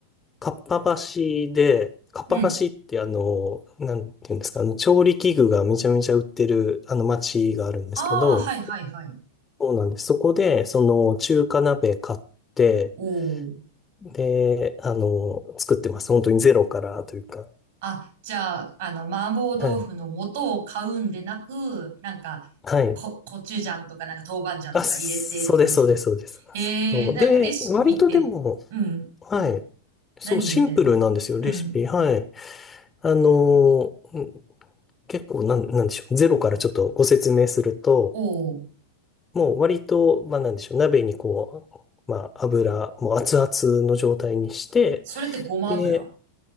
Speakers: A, on the left; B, on the right.
A: かっぱ橋で、かっぱ橋ってあの、
B: うん。
A: なんていうんですか、あの、調理器具がめちゃめちゃ売ってる、あの、町があるんですけど、
B: ああ、はいはいはい。
A: そうなんです。そこで、その、中華鍋買って、
B: おー。
A: で、あの、作ってます。本当にゼロからというか。
B: あ、じゃあ、あの、麻婆豆腐の素を買うんでなく、
A: はい。
B: なんか、
A: はい。
B: こ、コチュジャンとか、なんか豆板醤とか入れてって感じ。
A: あ、そうです、そうです、そうです。
B: へ
A: そう。
B: え、なんかレシピって、
A: で、割とでも、
B: うん。
A: はい。そう、
B: 何入れてんのうん。
A: シンプルなんですよ、レシピ。はい。あのー、うん結構なん、なんでしょう。ゼロからちょっとご説明すると、
B: おー。
A: もう割と、まあなんでしょう。鍋にこう、まあ油、もう熱々の状態にして、
B: それってごま油
A: で、